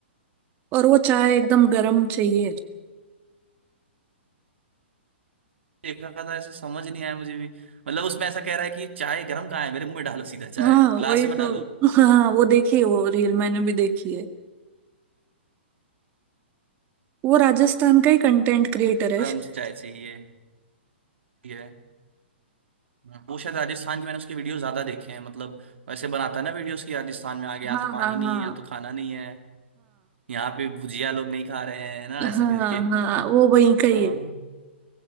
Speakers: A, on the right; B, on the right.
A: और वो चाय एकदम गर्म चाहिए
B: देख रहा था ऐसे समझ नहीं आया मुझे भी मतलब उसमें ऐसा कह रहा है कि चाय गर्म कहाँ है मेरे मुंह में डालो सीधा चाय
A: हाँ
B: ग्लास
A: वही
B: में मत
A: तो
B: डालो
A: हाँ वो देखी है वो रील मैंने भी देखी है वो राजस्थान का ही कंटेंट क्रिएटर है
B: गर्म
A: शायद।
B: चाय चाहिए ठीक है हाँ। वो शायद राजस्थान की मैंने उसके वीडियो ज्यादा देखे हैं मतलब वैसे बनाता है ना वीडियोस की राजस्थान में आ गया यहाँ
A: हाँ
B: तो पानी
A: हाँ
B: नहीं
A: हाँ
B: है यहाँ तो खाना नहीं है यहाँ पे भुजिया लोग नहीं खा रहे हैं ना
A: हाँ
B: ऐसा करके
A: हाँ हाँ वो वहीं का ही
B: हाँ